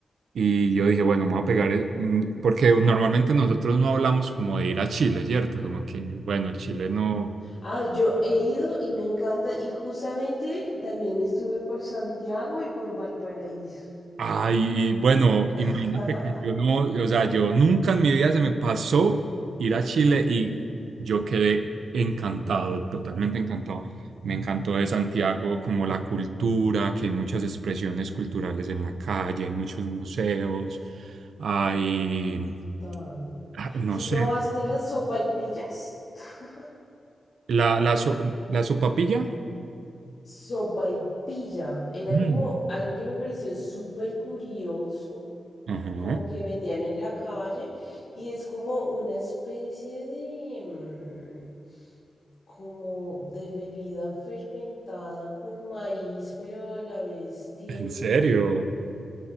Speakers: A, on the right (about 85°); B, on the left (about 55°).
A: y yo dije, bueno, me voy a pegar, eh, mm, porque normalmente nosotros no hablamos como de ir a Chile, ¿cierto? Como que, bueno, Chile no.
B: Ah, yo he ido y me encanta y justamente también estuve por Santiago y por Valparaíso.
A: Ay, y bueno,
B: <laughs>
A: imagínate que yo no, o sea, yo nunca en mi vida se me pasó ir a Chile y
B: Mm,
A: yo quedé encantado, totalmente encantado. Me encantó de Santiago como la cultura, que hay muchas expresiones culturales en la calle, hay muchos museos, hay,
B: Total.
A: ah, no
B: ¿Si
A: sé,
B: probaste las sopaipillas? <laughs>
A: la, la, so- la sopapilla.
B: Sopaipilla era
A: Mm,
B: como algo que me pareció súper curioso,
A: Ajá.
B: como que vendían en la calle y es como una especie de, mm, como de bebida fermentada con maíz, pero a la vez tiene...
A: ¿En serio?